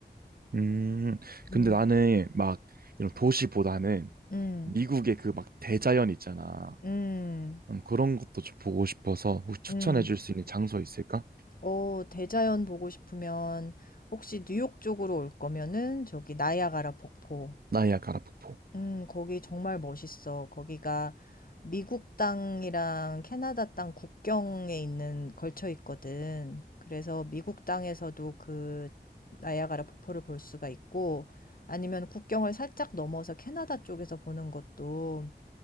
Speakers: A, on the right; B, on the left.
A: 음.
B: 음.
A: 근데 나는 막 이런 도시보다는
B: 음.
A: 미국의 그 막 대자연 있잖아.
B: 음.
A: 음, 그런 것도 좀 보고 싶어서 혹시 추천해
B: 음.
A: 줄 수 있는 장소 있을까?
B: 어, 대자연 보고 싶으면 혹시 뉴욕 쪽으로 올 거면은 저기 나이아가라 폭포.
A: 나이아가라 폭포.
B: 음, 거기 정말 멋있어. 거기가 미국 땅이랑 캐나다 땅 국경에 있는 걸쳐 있거든. 그래서 미국 땅에서도 그 나이아가라 폭포를 볼 수가 있고 아니면 국경을 살짝 넘어서 캐나다 쪽에서 보는 것도